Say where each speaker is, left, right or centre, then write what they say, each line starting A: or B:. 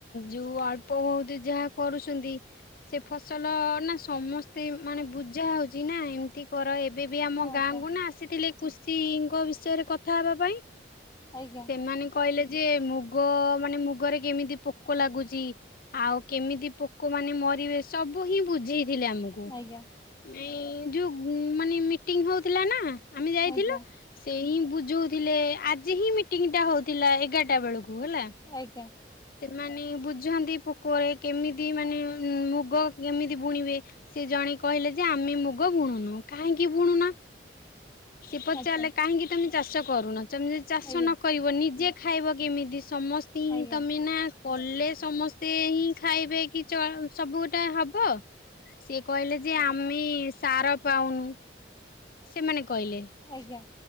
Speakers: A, on the left; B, on the left.
A: ଯୋଉ ଅଳ୍ପ ଭଉତୁ ଯାହା କରୁଛନ୍ତି ସେ ଫସଲ ନା ସମସ୍ତେ ମାନେ ବୁଝା ହେଉଛି ନା ଏମିତି ପର ଏବେ ବି ଆମ
B: ହଁ
A: ଗାଁକୁ
B: ସାର୍
A: ନା ଆସିଥିଲେ କୃଷିଙ୍କ ବିଷୟରେ କଥା ହେବା ପାଇଁ
B: ଆଜ୍ଞା।
A: ସେମାନେ କହିଲେ ଯେ ମୁଗ ମାନେ ମୁଗରେ କେମିତି ପୋକ ଲାଗୁଛି। ଆଉ କେମିତି ପୋକ ମାନେ ମରିବେ ସବୁ ହିଁ ବୁଝେଇଥିଲେ ଆମୁ କୁ ଆମେ
B: ଆଜ୍ଞା
A: ଏଇ ଯୋଉ ମାନେ ମିଟିଂ ହଉଥିଲା ନା ଆମେ ଯାଇଥିଲୁ
B: ଆଜ୍ଞା
A: ସେ ହିଁ ବୁଝଉଥିଲେ ଆଜି ହିଁ ମିଟିଂଟା ହଉଥିଲା ଏଗାରଟା ବେଳକୁ ହେଲା?
B: ଆଜ୍ଞା।
A: ସେମାନେ ବୁଝାନ୍ତି ପୋକରରେ କେମିତି ମାନେ ମୁଗ କେମିତି ବୁଣିବେ। ସେ ଜଣେ କହିଲେ ଯେ ଆମେ ମୁଗ ବୁଣୁନୁ କାହିଁକି ବୁଣୁନା? ସେ ପଚାରିଲେ
B: ଆଚ୍ଛା
A: କାହିଁକି ତମେ ଚାଷ କରୁନ ତମେଯଦି ଚାଷ
B: ଆଜ୍ଞା
A: ନ କରିବ ନିଜେ ଖାଇବ କେମିତି ସମସ୍ତି ହିଁ
B: ଆଜ୍ଞା
A: ତମେ ନା କଲେ ସମସ୍ତେ ହିଁ ଖାଇବେକି ଚ ସବୁ ଗୋଟା ହବ। ସିଏ କହିଲେ ଯେ
B: ଆଜ୍ଞା
A: ଆମେ ସାର ପାଉନୁ ସେମାନେ କହିଲେ।
B: ଆଜ୍ଞା।